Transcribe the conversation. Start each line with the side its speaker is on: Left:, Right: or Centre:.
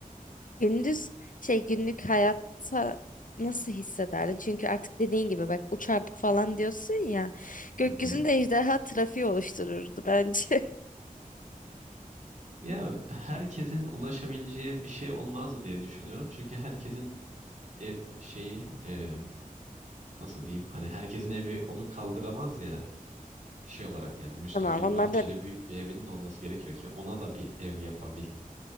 Left: Gündüz şey günlük hayatta nasıl hissederdin? Çünkü artık dediğin gibi bak uçardık falan diyorsun ya. Gökyüzünde
Right: Hı hı.
Left: ejderha trafiği oluştururdu bence. <laughs>
Right: Ya herkesin ulaşabileceği bir şey olmaz diye düşünüyorum. Çünkü herkesin ev şeyi e, nasıl diyeyim? Hani herkesin evi onu kaldıramaz ya şey olarak yani müstakil
Left: Tamam onlar
Right: bahçeli
Left: da
Right: büyük bir evinin olması gerekiyor ki ona da bir ev yapabil.